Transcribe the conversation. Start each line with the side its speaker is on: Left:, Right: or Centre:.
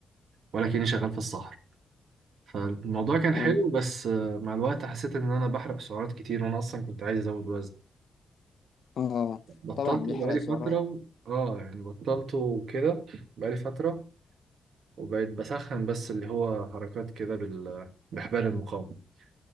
Right: ولا كأني شغال في الصحراء فالموضوع كان
Left: حلو
Right: حلو بس مع الوقت حسيت إن أنا بحرق سعرات كتير وأنا أصلا كنت عايز أزود وزن
Left: اه
Right: بطلت
Left: طبعا بيحرق
Right: بقالي
Left: سعرات
Right: فترة و... اه يعني بطلته وكده بقالي فترة وبقيت بسخن بس اللي هو حركات كده بال... بحبال المقاومة